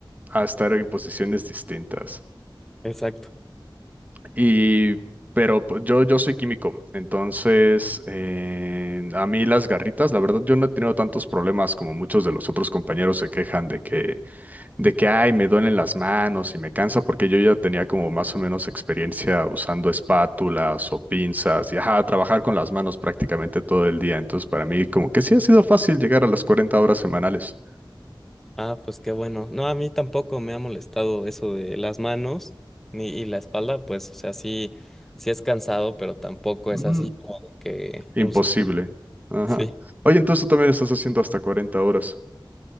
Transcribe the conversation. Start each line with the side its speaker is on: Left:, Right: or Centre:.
Right: a estar en posiciones distintas.
Centre: Exacto.
Right: Y, pero pues, yo, yo soy químico, entonces eh, a mí las garritas, la verdad, yo no he tenido tantos problemas como muchos de los otros compañeros se quejan de que, de que, ay, me duelen las manos y me cansa, porque yo ya tenía como más o menos experiencia usando espátulas o pinzas y, ajá, trabajar con las manos prácticamente todo el día. Entonces, para mí, como que sí ha sido fácil llegar a las 40 horas semanales.
Centre: Ah, pues qué bueno. No, a mí tampoco me ha molestado eso de las manos ni y la espalda, pues, o sea, sí, sí es cansado, pero tampoco
Right: Mm.
Centre: es así como de que
Right: Imposible.
Centre: un suf-
Right: Ajá.
Centre: Sí.
Right: Oye, entonces tú también estás haciendo hasta 40 horas.